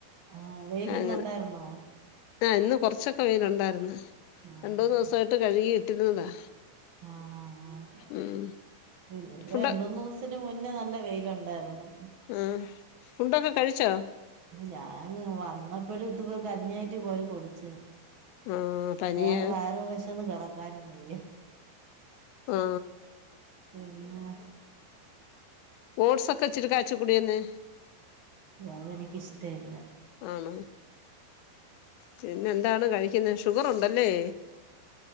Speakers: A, on the right; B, on the left.
A: ആഹ വെയിലൊന്ന
B: അങ്ങനെ
A: ഇണ്ടായിരുന്നോ
B: ആ ഇന്ന് കുറച്ചൊക്കെ വെനുണ്ടായിരുന്നു
A: ആഹ്
B: രണ്ട മൂന്ന് ദിവസമായിയിട്ട് കഴുകി ഇട്ടിരുന്നതാ
A: ആഹ് ആഹ് ആ
B: ഉം
A: പിന്നെ
B: ഫുഡ്
A: രണ്ടന്ന്ു ദിവസ മുന്നേ നല്ല വെയിലുണ്ടായിരുന്നു
B: ആ ഫണ്ടൊക്കെ കഴിച്ചോ
A: ഞാൻ വന്നപ്പോഴും ഇത് കഞ്ഞായിട്ട് കോല കൊടിച്ചു
B: ആ പനിയ
A: പ വയറ വിശന്ന് കിടക്ക കാന വയ്യ
B: ആ
A: പിന്നെ ണ
B: ഓട്്സ് ഒക്കെ ഇച്ചിട്ട് കാച്ച കൂടിയന്ന്െ
A: അതത എനിക്കിഷ്ടമല്ല
B: ആണ പിന്നെ എന്താണ് കഴിക്കുന്നത് ഷുഗർ ഉണ്ടല്ലേ